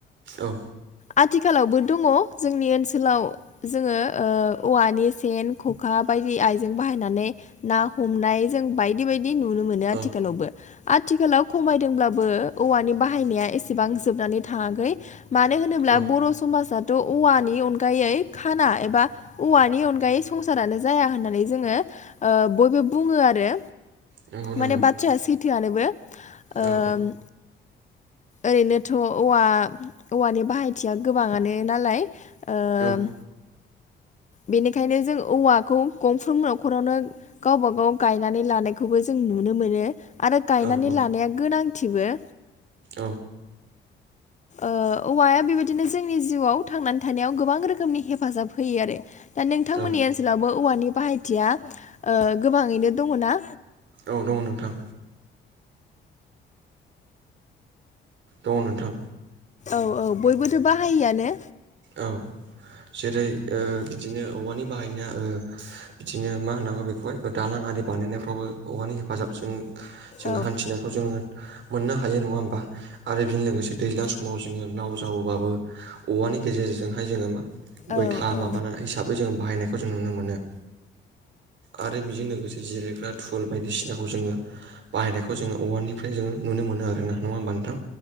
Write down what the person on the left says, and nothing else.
आथिखालावबो दङ जोंनि ओनसोलाव जोङो ओ औवानि सेन, खखा बायदि आइजें बाहायनानै ना हमनाय जों बायदि बायदि नुनो मोनो
आथिखालावबो। आथिखालाव खमायदोंब्लाबो औवानि बाहायनाया एसेबां जोबनानै थाङाखै। मानो होनोब्ला
बर' समाजाथ' औवानि अनगायै खाना एबा औवानि अनगायै संसारानो जाया होननानै जोङो बयबो बुङो आरो।
माने बाथ्राया सैथोआनोबो ओम
ओरैनोथ' औवा औवानि बाहायथिया गोबांङानो नालाय। ओ
बेनिखायनो जों औवाखौ गंफ्रोम न'खरावनो गावबा-गाव गायनानै लानायखौबो जों नुनो मोनो। आरो गायनानै
लानाया गोनांथिबो।
ओ औवाया बेबायदिनो जोंनि जिउआव थांनानै थानायाव गोबां रोखोमनि हेफाजाब होयो आरो। दा नोंथांमोननि
ओनसोलावबो औवानि बाहायथिया गोबाङैनो दङ ना?
औ औ बयबोथ' बाहायोआनो?
औ
औ औ